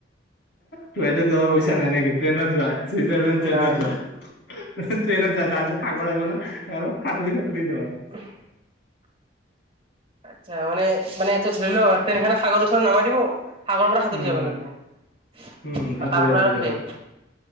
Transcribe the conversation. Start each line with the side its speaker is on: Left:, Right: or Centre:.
Left: ফ্লাইটত যাব পইছা
Right: মানে
Left: নাই নেকি ট্ৰেইন যোৱা চুইজাৰলেণ্ড ট্ৰেইনত
Right: নাই
Left: যোৱা ট্ৰেইনত যোৱা তাৰপিছত
Right: আচ্ছা
Left: সাগৰ আহিব না আৰু সাতুৰি সাতুৰি যাবা
Right: <inaudible> আচ্ছা মানে মানে এইটো ধৰি লও ট্ৰেইন খন সাগৰ ওচৰত নামাই দিব সাগৰৰ পৰা সাতুৰি
Left: উম
Right: যাবা লাগিব আৰু
Left: উম সাঁতুৰি
Right: তাৰ
Left: সাঁতুৰি
Right: পৰা আৰু
Left: যাবা
Right: ট্ৰেইন